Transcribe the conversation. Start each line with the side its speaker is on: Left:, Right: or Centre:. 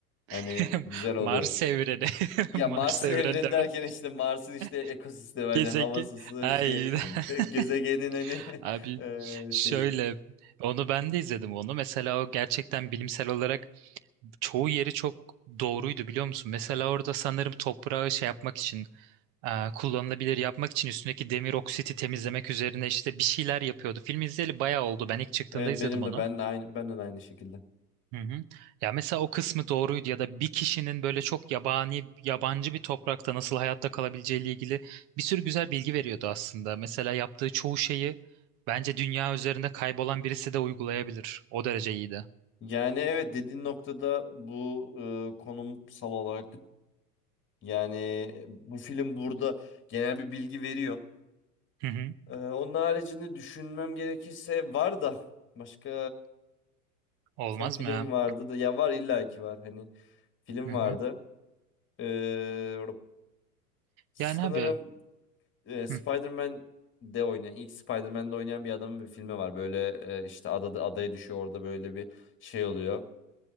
Left: hani
Right: <laughs>
Left: güzel oluyor.
Right: Mars evreni. <laughs>
Left: Ya
Right: Mars
Left: Mars'ı
Right: evreni
Left: evren
Right: demek.
Left: derken işte Mars'ın işte ekosistemi
Right: <laughs>
Left: hani
Right: Gezegen.
Left: havası, su,
Right: Ay.
Left: şey
Right: <laughs>
Left: <laughs> gezegenin hani <laughs>
Right: Abi
Left: eee,
Right: şöyle
Left: şeyi.
Right: onu ben de izledim onu. Mesela o gerçekten bilimsel olarak çoğu yeri çok doğruydu biliyor musun? Mesela orada sanırım toprağı şey yapmak için e, kullanılabilir yapmak için üstündeki demir oksiti temizlemek üzerine işte bir şeyler yapıyordu. Film izleyeli bayağı oldu. Ben ilk çıktığında
Left: Evet
Right: izledim
Left: benim
Right: onu.
Left: de ben de aynı benden aynı şekilde.
Right: Hı hı. Ya mesela o kısmı doğruydu ya da bir kişinin böyle çok yabani, yabancı bir toprakta nasıl hayatta kalabileceğiyle ilgili bir sürü güzel bilgi veriyordu aslında. Mesela yaptığı çoğu şeyi bence dünya üzerinde kaybolan birisi de uygulayabilir. O derece iyiydi.
Left: Yani evet dediğin noktada bu eee, konumsal olarak yani bu film burada genel bir bilgi veriyor.
Right: Hı hı.
Left: Eee, onun haricinde düşünmem gerekirse var da başka
Right: Olmaz
Left: sen film
Right: mı ya?
Left: vardı da ya var illa ki var hani film
Right: Hı hı.
Left: vardı. Eee sanırım
Right: Yani abi
Left: e, Spider-Man
Right: hı
Left: de oynayan ilk Spider-Man'de oynayan bir adamın bir filmi var. Böyle e, işte adada adaya düşüyor orada böyle bir şey oluyor.